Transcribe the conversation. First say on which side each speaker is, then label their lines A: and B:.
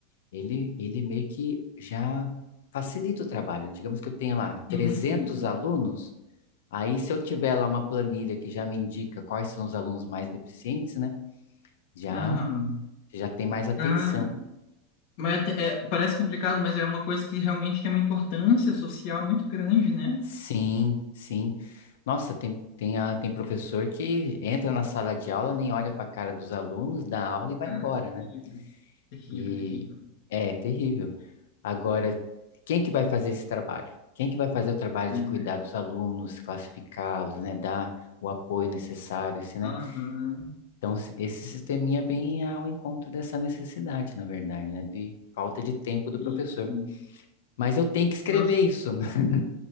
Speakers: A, on the left (about 80°); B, on the left (about 50°).
A: ele, ele meio que já facilita o trabalho. Digamos que eu tenha lá 300
B: Sim, sim.
A: alunos, aí se eu tiver lá uma planilha que já me indica quais são os alunos mais deficientes, né? Já,
B: Aham.
A: já tem mais atenção.
B: Cara, mas é- é- parece complicado, mas é uma coisa que realmente tem uma importância social muito grande, né?
A: Sim, sim. Nossa, tem, tem, a- tem professor que entra na sala de aula, nem olha para a cara dos alunos, dá aula e vai
B: Cara,
A: embora, né?
B: terrível. Terrível,
A: E
B: terrível.
A: é terrível. Agora, quem que vai fazer esse trabalho? Quem que vai fazer o trabalho
B: Pois
A: de cuidar
B: é.
A: dos alunos, classificá-los, né, dar o apoio necessário, assim, né?
B: Aham.
A: Então, se- esse sisteminha vem ao encontro dessa necessidade, na verdade, né, de falta de tempo do
B: Isso,
A: professor.
B: isso.
A: Mas eu tenho que escrever
B: Nossa,
A: isso. <laughs>